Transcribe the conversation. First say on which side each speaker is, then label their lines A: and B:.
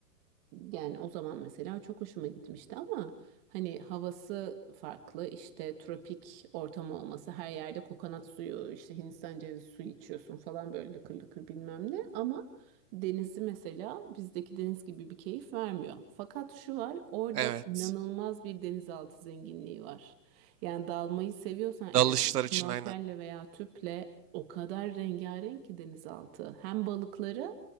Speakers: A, on the right; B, on the right.
A: yani o zaman mesela çok hoşuma gitmişti ama hani havası farklı işte tropik ortam olması her yerde kokonat suyu işte Hindistan cevizi suyu içiyorsun falan böyle lıkır lıkır bilmem ne ama denizi mesela bizdeki deniz gibi bir keyif vermiyor. Fakat şu var orada
B: Evet.
A: inanılmaz bir denizaltı zenginliği var. Yani dalmayı seviyorsan eğer
B: Dalışlar için
A: Snorkelle
B: aynen.
A: veya tüple o kadar rengarenk ki denizaltı. Hem balıkları